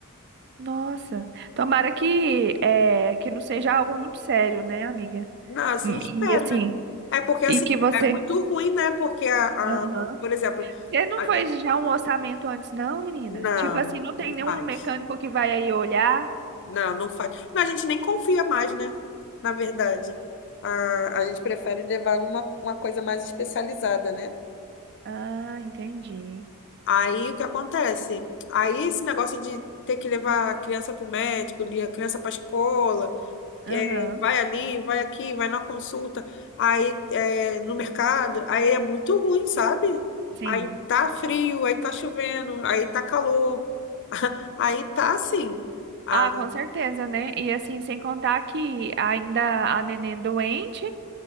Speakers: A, on the right; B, on the left.
A: Nossa. Tomara que é, que não seja algo muito sério, né, amiga?
B: Não, assim
A: Hum,
B: espero,
A: E assim,
B: né? É porque assim,
A: e que você
B: é muito ruim, né? Porque a, a-
A: Aham.
B: por exemplo,
A: Você não
B: a-
A: fez já um orçamento antes, não, menina?
B: não,
A: Tipo assim, não tem
B: não
A: nenhum
B: faz.
A: mecânico que vai aí olhar?
B: Não, não faz. Não, a gente nem confia mais, né? Na verdade. A, a gente prefere levar uma, uma coisa mais especializada, né?
A: Ah, entendi.
B: Aí o que acontece? Aí esse negócio de ter que levar a criança para o médico, li- a criança para a escola.
A: Aham,
B: é, vai ali, vai aqui, vai na consulta, aí é, no mercado, aí é muito ruim, sabe?
A: sim.
B: Aí tá frio, aí tá chovendo, aí tá calor, <laughs> aí tá assim. Aí
A: Ah, com certeza, né? E assim, sem contar que ainda a neném doente